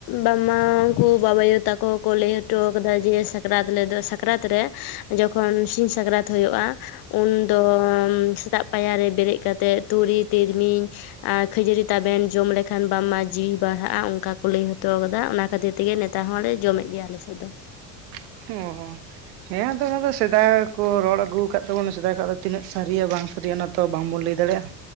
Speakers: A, on the left; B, on the right.
A: ᱵᱟᱝᱢᱟ ᱩᱱᱠᱩ ᱵᱟᱵᱟ ᱟᱭᱩ ᱛᱟᱠᱚ ᱦᱚᱸ ᱠᱚ ᱞᱟᱹᱭ ᱦᱚᱴᱚ ᱟᱠᱟᱫᱟ ᱡᱮ ᱥᱟᱠ ᱨᱟᱛ ᱨᱮᱫᱚ ᱥᱟᱠᱨᱟᱛ ᱨᱮ ᱡᱚᱠᱷᱚᱱ ᱥᱤᱧ ᱥᱟᱠᱨᱟᱛ ᱦᱩᱭᱩᱜ-ᱟ ᱩᱱ ᱫᱚ ᱥᱮᱛᱟᱜ ᱯᱟᱭᱟᱨ ᱨᱮ ᱵᱮᱨᱮᱫ ᱠᱟᱛᱮᱫ ᱛᱩᱲᱤ ᱛᱤᱞᱢᱤᱧ ᱟᱨ ᱠᱷᱟᱹᱡᱟᱹᱲᱤ ᱛᱟᱵᱮᱱ ᱡᱚᱢ ᱞᱮᱠᱷᱟᱱ ᱵᱟᱝᱢᱟ ᱡᱤᱣᱤ ᱵᱟᱲᱦᱟᱜᱼᱟ᱾ ᱚᱱᱠᱟ ᱠᱚ ᱞᱟᱹᱭ ᱦᱚᱴᱚ ᱟᱠᱟᱫᱟ ᱚᱱᱟ ᱠᱷᱟᱹᱛᱤᱨ ᱛᱮᱜᱮ ᱱᱮᱛᱟᱨ ᱦᱚᱸ ᱞᱮ ᱡᱚᱢᱮᱫ ᱜᱮᱭᱟ ᱟᱞᱮᱥᱮᱫ ᱫᱚ᱾
B: ᱦᱚᱻ ᱦᱮᱸ ᱟᱫᱚ ᱚᱱᱟ ᱫᱚ ᱥᱮᱫᱟᱭ ᱠᱚ ᱨᱚᱲ ᱟᱜᱩ ᱟᱠᱟᱫ ᱛᱟᱵᱚᱱᱟ ᱥᱮᱫᱟᱭ ᱠᱷᱚᱱ ᱫᱚ ᱛᱤᱱᱟᱹᱜ ᱥᱟᱹᱨᱤ ᱭᱟ ᱵᱟᱝ ᱥᱟᱨᱤᱭᱟᱹ ᱚᱱᱟ ᱛᱚ ᱵᱟᱝᱵᱚᱱ ᱞᱟᱹᱭ ᱫᱟᱲᱮᱭᱟᱜᱼᱟ᱾